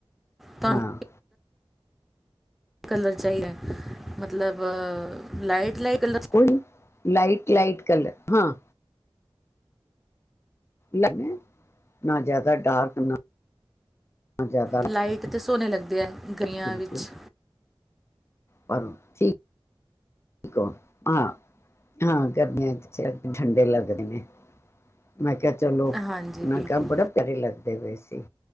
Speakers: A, in the centre; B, on the left.
A: ਤੁਹਾਨੂੰ
B: ਹਾਂ
A: ਕਲਰ ਚਾਹੀਦਾ ਮਤਲਬ ਲਾਈਟ ਲਾਈਟ ਕਲ
B: ਕੋਈ ਲਾਈਟ ਲਾਈਟ ਕਲਰ ਹਾਂ ਲ ਨਾ ਜ਼ਿਆਦਾ ਡਾਰਕ ਨਾ ਜ਼ਿਆਦਾ
A: ਲਾਈਟ ਤੇ ਸੋਣੇ ਲਗਦੇ ਹੈ ਗਆਂ
B: ਬਿਲਕੁਲ
A: ਵਿੱਚ
B: ਪਰ ਠੀਕ ਠਕ ਹਾਂ ਹਾਂ ਕਰਨ ਆ ਠੰਡੇ ਲੱਗਦੇ ਨੇ ਮੈਂ ਕਿਹਾ ਚਲੋ ਉਹਨਾਂ
A: ਹਾਂਜੀ ਬਿਲਕੁਲ
B: ਕਿਹਾ ਬੜੇ ਪਿਆਰੇ ਲੱਗਦੇ ਹੋਏ ਸੀ